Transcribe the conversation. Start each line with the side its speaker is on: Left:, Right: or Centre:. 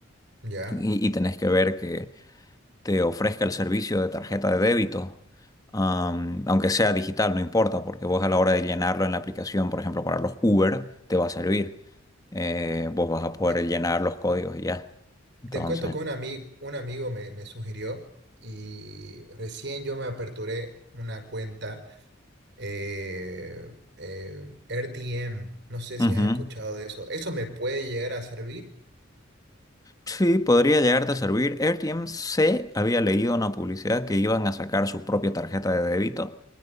Right: ya.
Left: y, y tenés que ver que te ofrezca el servicio de tarjeta de débito, am, aunque sea digital, no importa, porque vos a la hora de llenarlo en la aplicación, por ejemplo, para los Uber, te va a servir. Eh, vos vas a poder
Right: Eh,
Left: llenar los códigos y ya. Entonces,
Right: te cuento que un, ami- un amigo me, me sugirió y recién yo me aperturé una cuenta eh, eh, RTM. No sé
Left: ujú.
Right: si has escuchado de eso. ¿Eso me puede llegar a servir?
Left: Sí, podría llegarte a servir. AirTM se había leído una publicidad que iban a sacar su propia tarjeta de débito